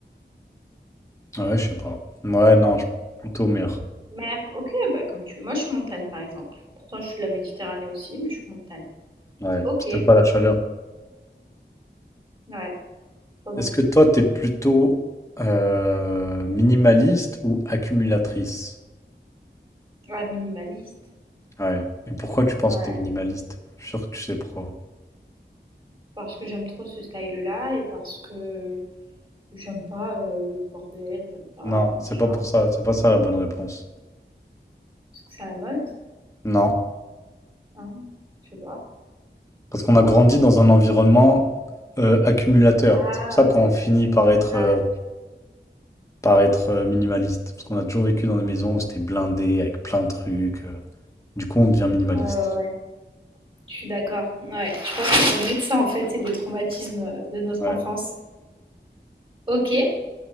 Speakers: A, on the left; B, on the right.
A: ouais, je sais pas. Ouais, non, je... suis plutôt mer.
B: mer. Ok, bah comme tu veux. Moi, je suis montagne, par exemple. Pourtant, je suis de la Méditerranée aussi, mais je suis montagne.
A: Ouais,
B: Ok,
A: parce que t'aimes pas la chaleur.
B: ouais, toi non
A: Est-ce
B: plus.
A: que toi, t'es plutôt euh, minimaliste ou accumulatrice?
B: Ah, minimaliste.
A: Ouais. Et pourquoi tu penses
B: Ouais.
A: que t'es minimaliste? Je suis sûr que tu sais pourquoi.
B: Parce que j'aime trop ce style-là et parce que J'aime pas, heu, le bordel, j'aime pas,
A: Non,
B: heu,
A: c'est
B: tu
A: pas
B: vois?
A: pour ça, c'est pas ça la bonne réponse.
B: Parce que c'est à la mode,
A: Non,
B: hein? Je sais pas,
A: parce
B: dis-moi?
A: qu'on a grandi dans un environnement euh, accumulateur.
B: Ah
A: C'est pour ça qu'on
B: ouais,
A: finit par être,
B: grave,
A: euh, par être euh, minimaliste. Parce qu'on a toujours vécu dans des maisons
B: ouais.
A: où c'était blindé, avec plein de trucs. euh. Du coup, on devient minimaliste.
B: Ouais, ouais, ouais, je suis d'accord. Ouais, je pense que ça doit être ça en fait, c'est des traumatismes, heu, de notre
A: Ouais.
B: enfance. OK.